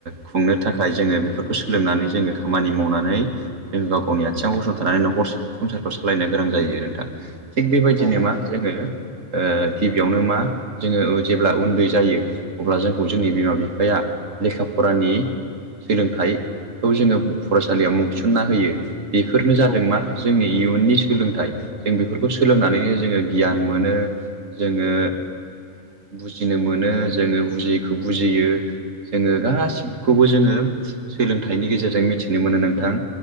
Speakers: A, on the right; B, on the right.
A: खुंनो थाखाय जोङो बेफोरखौ सोलोंनानै जोङो खामानि मावनानै जों गाव गावनि आथिङाव गसंथानानै न'खर संसारखौ सालायनो गोनां जायो नोंथां। थिग बेबायदिनो
B: जायो
A: मा
B: जायो
A: जोङो ओ गिबियावनो मा जोङो जेब्ला उन्दै जायो अब्ला जोंखौ जोंनि बिमा बिफाया लेखा फरानि सोलोंथाइखौ जोङो फरायसालियाव मुं थिसनना होयो। बेफोरनो जादों
B: औ
A: मा जोंनि इयुननि सोलोंथाइ जों बेफोरखौ सोलोंनानैनो जोङो गियान मोनो जोङो बुजिनो मोनो, जोङो बुजियैखौ बुजियो, जोङो गासिबखौबो जोङो सोलोंथाइनि गेजेरजों मिथिनो मोनो नोंथां,